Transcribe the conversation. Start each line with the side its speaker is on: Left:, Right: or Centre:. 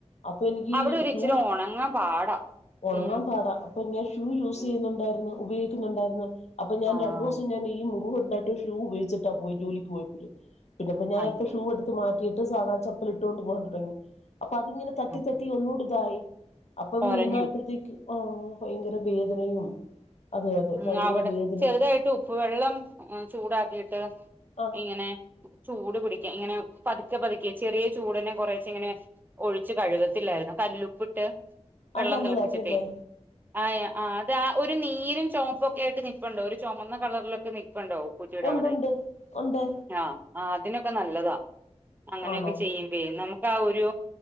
Left: അപ്പൊ എനിക്ക്
Right: അവിടെ ഒരു
Left: ഷൂ
Right: ഇച്ചിരി ഉണങ്ങാൻ പാടാ
Left: ഉണങ്ങാൻ
Right: ഉം
Left: പാടാ അപ്പൊ ഞാൻ ഷൂ യൂസ്
Right: ഉം
Left: ചെയ്യുന്നുണ്ടായിരുന്നു ഉപയോഗ ക്കുന്നുണ്ടായിരുന്നു അപ്പൊ ഞാൻ
Right: ആഹ്
Left: രണ്ടു ദിവസം ഞാൻ ഈ മുറിവു ഉണ്ടായിട്ടും ഷൂ ഉപയോഗിച്ചിട്ടാ പോയി ജോലിക്ക് പോയപ്പോഴേ പിന്നെപ്പൊ ഞാനിപ്പോ
Right: അയ്യോ
Left: ഷൂ എടുത്ത് മാറ്റിയിട്ട് സാധാ ചപ്പൽ ഇട്ടുകൊണ്ട് പോകാൻ തുടങ്ങി അപ്പൊ അതിങ്ങനെ തട്ടി
Right: ആഹ്
Left: തട്ടി ഒന്നുകൂടി ഇതായി അപ്പം
Right: കൊരഞ്ഞു
Left: ഇന്നായപ്പോഴത്തേക്ക് ആ ഭയങ്കര വേദനയും അതെ അതെ
Right: മം
Left: ഭയങ്കര
Right: അവിടെ
Left: വേദനയും
Right: ചെറുതായിട്ട് ഉപ്പ് വെള്ളം ചൂടാക്കിയിട്ട്
Left: ആ
Right: ഇങ്ങനെ ചൂ ചൂട് പിടിക്ക് ഇങ്ങനെ പതുക്കെ പതുക്ക ചെറിയ ചൂടിന് കുറെച്ചേ ഇങ്ങനെ ഒഴിച്ച് കഴുകത്തിലായിരുന്നോ കല്ലുപ്പും പ്പിട്ട് വെള്ളം
Left: അത് നല്ലതായിരുന്നല്ലേ
Right: തിളപ്പിച്ചിട്ടേ ആ അത് ആ ഒരു നീരും ചുമപ്പുമോക്കെ ആയിട്ട് നിപ്പുണ്ടോ ഒരു ചുമന്ന കളറിലൊക്കെ നി പ്പുണ്ടോ ഉപ്പുകുറ്റിടെ
Left: ഉണ്ടുണ്ട്
Right: അവിടെ
Left: ഉണ്ട്
Right: ആഹ് ആഹ് അതിനൊക്കെ നല്ലതാ അങ്ങനെയൊക്കെ
Left: ആണോ
Right: ചെയ്യുമ്പേ നമുക്ക് ആഹ് ഒരു